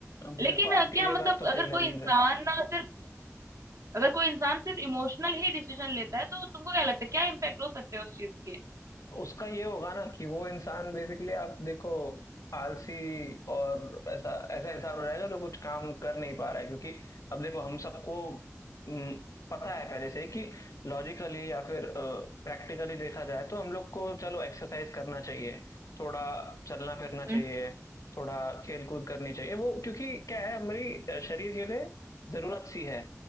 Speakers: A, on the left (about 85°); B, on the right (about 70°).
A: अब
B: लेकिन
A: देखो आपकी
B: अ, क्या
A: ये
B: मतलब
A: बात तो सही
B: अगर कोई
A: लगी मुझे
B: इंसान ना सिर्फ अगर कोई इंसान सिर्फ इमोशनल ही डिसीजन लेता है तो तुमको क्या लगता है क्या इम्पैक्ट हो सकते हैं उस चीज के
A: उसका ये होगा ना कि वो इंसान बेसिकली आप देखो आलसी और ऐसा ऐसा इंसान हो जाएगा जो कुछ काम कर नहीं पा रहा है क्योंकि अब देखो हम सबको हम्म, पता है पहले से ही कि लॉजिकली या फिर प्रैक्टिकली देखा जाए तो हम लोग को चलो एक्सरसाइज करना चाहिए थोड़ा चलना फिरना चाहिए
B: हम्म,
A: थोड़ा खेल कूद करनी चाहिए वो क्योंकि क्या है हमारी शरीर के लिए जरूरत सी है